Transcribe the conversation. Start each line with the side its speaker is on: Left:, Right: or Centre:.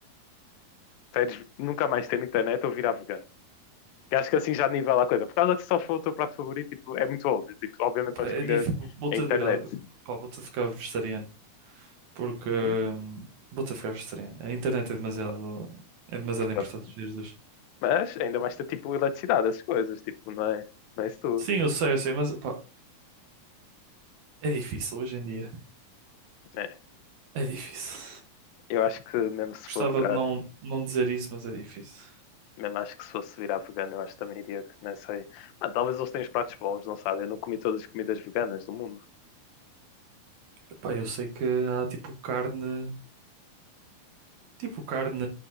Left: Tens de nunca mais ter internet ou virar vegano. Que acho que assim já nivela a coisa. Por causa que se só for o teu prato favorito, tipo, é muito óbvio. Tipo, obviamente
Right: opá,
Left: vais
Right: é
Left: escolher
Right: difícil. Vou-te
Left: a internet.
Right: a virar, pá, vou-te a ficar vegetariano, porque hum,
Left: Hum,
Right: vou-te a ficar vegetariano. A internet é demasiado,
Left: claro,
Right: é demasiado
Left: portanto.
Right: importante nos dias de hoje.
Left: Mas ainda mais ter tipo eletricidade, as coisas, tipo, não é, não é isso tudo.
Right: Sim, eu sei, eu sei, mas pá, é difícil hoje em dia.
Left: É.
Right: É difícil.
Left: Eu acho que mesmo se
Right: Gostava
Left: for virar,
Right: de não, não dizer isso, mas é difícil.
Left: mesmo acho que se fosse virar vegano, eu acho que também iria, que não sei. Ah, talvez eles tenham os pratos bons, não sabem? Eu não comi todas as comidas veganas do mundo.
Right: Epá, eu sei que há tipo carne, tipo carne